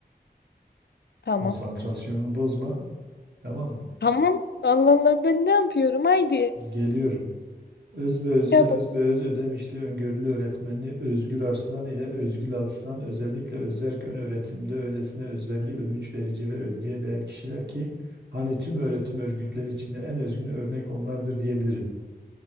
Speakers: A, on the left; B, on the right.
A: Tamam.
B: Konsantrasyonumu bozma. Tamam mı?
A: Tamam. Allah Allah ben ne yapıyorum? Haydi.
B: Geliyorum. Özbeöz'ün
A: Çabuk.
B: Özbeöz Ödemişli öngörülü öğretmeni Özgür Arslan ile Özgül Arslan özellikle özerk ön öğretimde öylesine özverili, övünç verici ve övgüye değer kişiler ki hani tüm öğretim örgütleri içinde en özgün örnek onlardır diyebilirim.